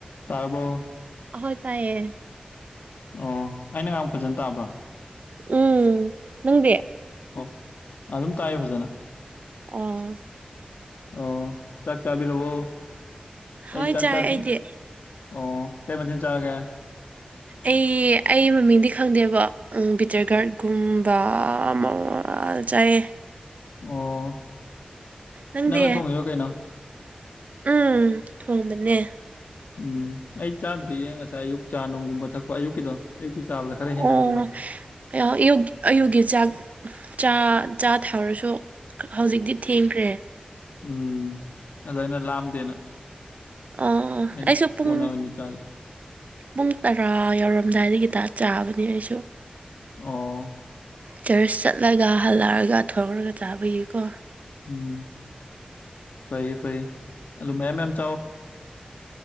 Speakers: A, on the left; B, on the right.
A: ꯇꯔꯕꯣ
B: ꯑꯣꯏ ꯇꯥꯏꯌꯦ
A: ꯑꯣ ꯑꯩꯅꯒꯥꯡ ꯐꯖꯅ ꯇꯥꯕ꯭ꯔꯥ
B: ꯎꯝ ꯅꯪꯗꯤ
A: ꯑꯣ ꯑꯗꯨꯝ ꯇꯥꯏꯌꯦ ꯐꯖꯅ
B: ꯑ
A: ꯑꯣ ꯆꯥꯛ ꯆꯥꯕꯤꯔꯕꯔꯕꯣ
B: ꯍꯣꯏ
A: ꯑꯩ ꯆꯥꯛ
B: ꯆꯥꯏ
A: ꯆꯥꯗ꯭ꯔꯤ
B: ꯑꯩꯗꯤ
A: ꯑꯣ ꯀꯦꯃꯦꯟꯁꯤꯤꯟ ꯆꯥꯒꯦ
B: ꯑꯩ ꯑꯩ ꯃꯃꯤꯡꯗꯤ ꯈꯪꯗꯦꯕ ꯕꯤꯇꯔ ꯒꯥꯔꯗꯀꯨꯝꯕ ꯑꯃ ꯐꯜꯆꯥꯏ
A: ꯑꯣ
B: ꯅꯪꯗꯤ
A: ꯅꯪꯅ ꯊꯣꯡꯉꯔꯣ ꯀꯩꯅꯣ
B: ꯎꯝ ꯊꯣꯡꯗꯅꯦ
A: ꯎꯝ ꯑꯩ ꯆꯥꯗ꯭ꯔꯤꯌꯦ ꯉꯁꯥꯏ ꯑꯌꯨꯛ ꯆꯥ ꯅꯨꯡꯒꯨꯝꯕ ꯊꯛꯄ ꯑꯌꯨꯛꯀꯤꯗꯣ ꯑꯌꯨꯛꯀꯤ ꯆꯥꯕꯗ ꯈꯔ ꯍꯦꯟꯖꯟꯈꯤꯕ
B: ꯑꯣ ꯑꯌꯥ ꯑꯌꯨꯛ ꯑꯌꯨꯛꯒꯤ ꯆꯥꯛ ꯆꯥ ꯆꯥ ꯊꯥꯎꯔꯁꯨ ꯍꯧꯖꯤꯛꯇꯤ ꯊꯦꯡꯈ꯭ꯔꯦ
A: ꯎꯝ ꯑꯗꯨ ꯑꯩꯅ ꯂꯥꯝꯗꯦꯅ
B: ꯑ
A: ꯑꯩꯅ
B: ꯑꯩꯁꯨ ꯄꯨꯡ
A: ꯀꯣꯟꯅ ꯑꯣꯏꯅ ꯆꯥꯒꯦ
B: ꯄꯨꯡ ꯇꯔꯥ ꯌꯧꯔꯝꯗꯥꯏꯗꯒꯤ ꯇ ꯆꯥꯕꯅꯤ ꯑꯩꯁꯨ
A: ꯑꯣ
B: ꯆꯔꯆ ꯆꯠꯂꯒ ꯍꯜꯂꯛꯑꯒ ꯊꯣꯡꯔꯒ ꯆꯥꯕꯒꯤꯀꯣ
A: ꯎꯝ ꯐꯩꯌꯦ ꯐꯩꯌꯦ ꯑꯗꯨ ꯃꯌꯥꯝ ꯃꯌꯥꯝ ꯆꯥꯎꯋꯣ